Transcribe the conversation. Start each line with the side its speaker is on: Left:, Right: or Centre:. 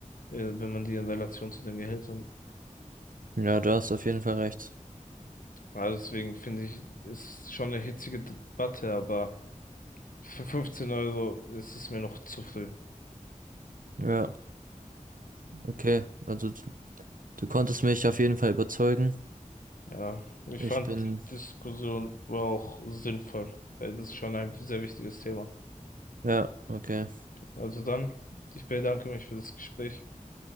Left: äh, wenn man die in Relation zu den Gehältern.
Right: Ja, du hast auf jeden Fall recht.
Left: Also deswegen finde ich, ist schon eine hitzige Debatte, aber Für 15 Euro ist es mir noch zu viel.
Right: Ja, okay. Also du, du konntest mich auf jeden Fall überzeugen.
Left: Ja, ich
Right: Ich
Left: fand,
Right: bin,
Left: die Diskussion war auch sinnvoll, weil das ist schon ein sehr wichtiges Thema.
Right: ja, okay.
Left: Also dann, ich bedanke mich für das Gespräch.